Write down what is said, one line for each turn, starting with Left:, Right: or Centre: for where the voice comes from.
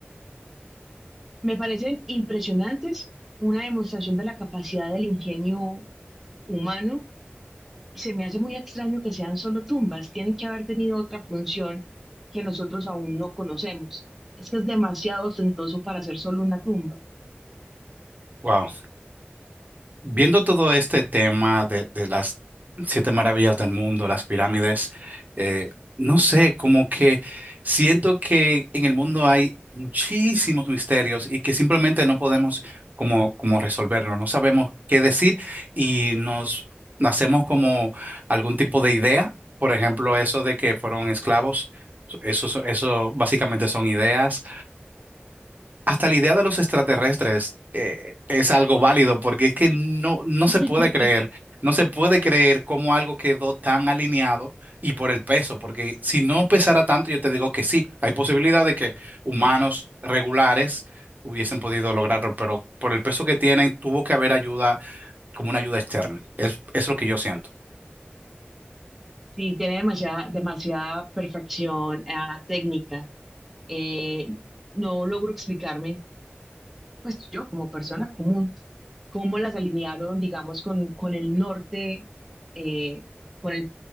Centre: me parecen impresionantes, una demostración de la capacidad del ingenio humano, y se me hace muy extraño que sean solo tumbas, tienen que haber tenido otra función que nosotros aún no conocemos. Es que es demasiado ostentoso para ser solo una tumba.
Right: Wow. Viendo todo este tema de, de las siete maravillas del mundo, las pirámides, eh, no sé, como que siento que en el mundo hay muchísimos misterios y que simplemente no podemos como, como resolverlo, no sabemos qué decir y nos hacemos como algún tipo de idea, por ejemplo, eso de que fueron esclavos, eso, eso básicamente son ideas hasta la idea de los extraterrestres eh, es algo válido porque es que no, no se
Centre: <laughs>
Right: puede creer, no se puede creer cómo algo quedó tan alineado y por el peso, porque si no pesara tanto, yo te digo que sí, hay posibilidad de que humanos regulares hubiesen podido lograrlo, pero por el peso que tienen, tuvo que haber ayuda como una ayuda externa. Es, es lo que yo siento.
Centre: Sí, tiene demasiada, demasiada perfección, ah, técnica. Eh, no logro explicarme pues yo como persona común, cómo las alinearon, digamos, con, con el norte, eh, con el